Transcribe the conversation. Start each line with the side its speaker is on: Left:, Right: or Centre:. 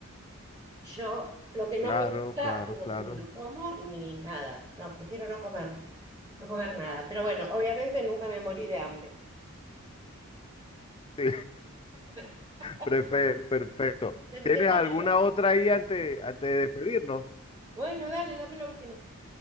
Right: Yo lo que
Left: claro,
Right: no me gusta,
Left: claro,
Right: no,
Left: claro.
Right: ni lo como ni nada. No, prefiero no comerlo, no comer nada. Pero bueno, obviamente nunca me morí de hambre.
Left: Sí.
Right: <laughs>
Left: Prefe- perfecto.
Right: De-
Left: ¿Tienes
Right: Déjame,
Left: alguna
Right: uh,
Left: otra ahí antes, antes de despedirnos?
Right: bueno, dale, dame la última.